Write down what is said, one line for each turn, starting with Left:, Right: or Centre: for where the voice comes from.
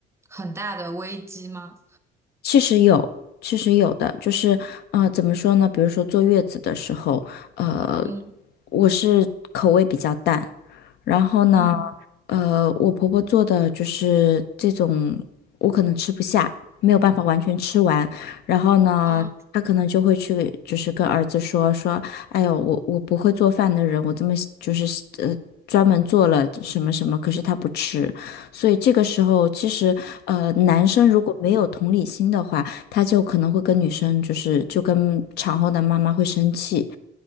Right: 很大的危机吗？
Left: 其实有，其实有的，就是呃，怎么说呢？比如说坐月子的时候，呃，
Right: 嗯
Left: 我是口味比较淡，然后呢，
Right: 嗯
Left: 呃，我婆婆做的就是这种，我可能吃不下，没有办法完全吃完，然后呢。
Right: 啊
Left: 她可能就会去，就是跟儿子说说，哎呦，我我不会做饭的人，我这么就是呃专门做了什么什么，可是他不吃，所以这个时候，其实呃，男生如果没有同理心的话，
Right: 嗯
Left: 他就可能会跟女生就是就跟产后的妈妈会生气。